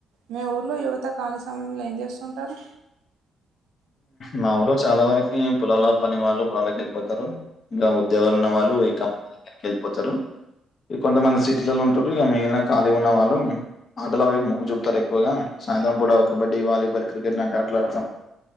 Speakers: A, on the right; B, on the left.
A: మీ ఊర్లో యువత ఖాళీ సమయంలో ఏం చేస్తుంటారు
B: మా ఊరులో చాలా వరకి పొలాల పని వాళ్ళు పొలాలకి వెళ్ళిపోతారు ఇంకా ఉద్యోగాలు ఉన్న వాళ్ళు కంపెనీ దగ్గరికి వెళ్ళిపోతారు ఇక కొంతమంది సిటీలలో ఉంటారు ఇక మిగిలిన ఖాళీ ఉన్న వాళ్ళు ఆటల వైపు మొగ్గు చూపుతారు ఎక్కువగా సాయంత్రం కూడా కబడ్డీ వాలీబాల్ క్రికెట్ లాంటి ఆట్లా ఆడతాం